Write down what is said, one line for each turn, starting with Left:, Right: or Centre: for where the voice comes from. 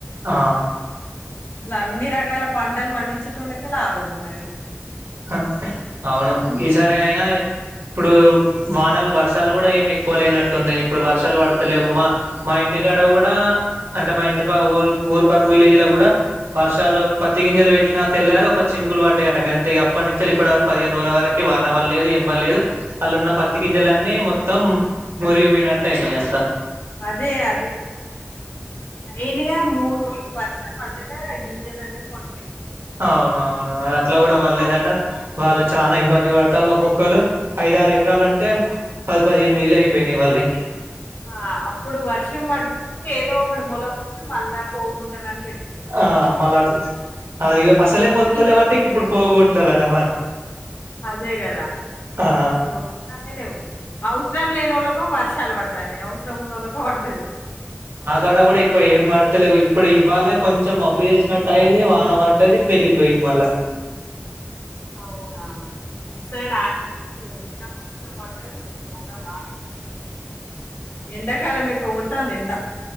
Right: ఆ
Left: ఇట్లా అన్ని రకాల పంటలు పందిచెంటోలకే లాభం ఉన్నది
Right: ఆ అవును
Left: హ్మ్.
Right: ఈసారి అయినా ఇప్పుడు వానలు వర్షాలు కూడా ఏమి ఎక్కువ లేనట్టు ఉన్నాయి ఇప్పుడు వర్షాలు పడతలేవు మా మా ఇంటికాడ కూడా అంటే మా ఇంటి ఊరు ఊరుపాక్క విలేజ్లో కూడా వర్షాలు పత్తి గింజలు పెట్టినా తెల్లారె ఒక చినుకులు పడ్డాయియట గంత ఆప్పటి నుంచలు ఇప్పటివరకు పదిహేను రోజుల వరకు వానపలేదు ఏంపలేదు అల్ ఉన్న పత్తి గింజలన్నీ మొత్తం మురుగి పోయినటాయినై అంత
Left: అదే అది లైన్గ మూడు రోజులు వర్షం పడ్తటే గింజల అనై క్వాలిటీ
Right: అవునవును అ అట్లా కూడాపడ్లేదంట
Left: ఓ
Right: వాళ్ళు చాలా ఇబ్బంది పడతారు ఒక్కొక్కళ్రు ఐదు ఆరు ఎకరాలు ఉంటే పది పదిహేను వేలు అయిపోయినాయి వాళ్ళు ఎ
Left: ఆ అప్పుడు వర్షం పడ్డ ఏదో ఒకటి మొల మళ్ళా పోకుంటాలని పెట్
Right: ఆ మళ్ళ అది అసలే
Left: ఏ
Right: మొలతలేవంటే
Left: సీజను
Right: ఇంక ఇప్పుడు పోగుంటాలట మ
Left: అదే కదా
Right: ఆ
Left: అసాల్ వర్షలే లేవు అవస్రం లేని వాళ్ళకి వర్షాలు పడతానై అవసరం ఉన్న వాళ్ళకి పడత్లెవ్
Right: ఆకాడ కూడా ఎక్కువ ఏమి పడతలేవు ఇప్పుడు ఇవవాళనే కొంచెం మబ్బు చేసినట్టుయి వాన పడ్డది తెల్లిపోయిన్దిమాళ్ళ
Left: అవునా ఇట్ సైడ్ లేదు ఇక్కడపడ్డది మళ్ళ మానే ఎండకాలంలెక్క కొడ్డాతంది ఎండ